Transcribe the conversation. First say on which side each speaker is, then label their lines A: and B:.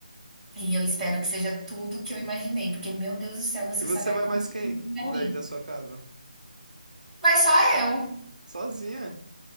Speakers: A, in the centre; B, on the right.
A: E eu espero que seja tudo que eu imaginei, porque, meu Deus do céu, você
B: E você
A: sabe a
B: vai
A: quanto
B: mais quem
A: tempo eu quero
B: daí
A: ir.
B: da sua casa?
A: Mas só eu.
B: Sozinha?